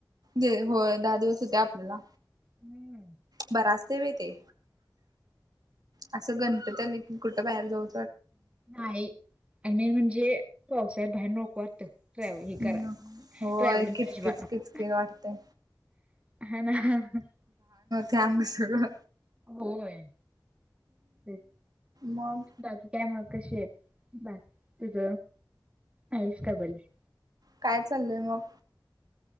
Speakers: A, on the right; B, on the right.
A: जे हो दहा दिवस होते आपल्याला.
B: हम्म.
A: बरा अस्तय व्हय ते. असं गणपती आलं की कुठ बाहेर जाऊ
B: नाही मेन म्हणजे पावसाळ्यात बाहेर नको वाटत. ट्रॅवल
A: नाही.
B: ह करा
A: होय
B: ट्रॅव्हलिंग
A: किचकिच
B: अजिबात नको.
A: किचकिच वाटतय
B: <unintelligible>
A: त्या म सगळ.
B: होय ते
A: मग
B: बाकी काय माग. क शे आहे बा तुझ आयुष काय बोलले.
A: काय चाललंय मग.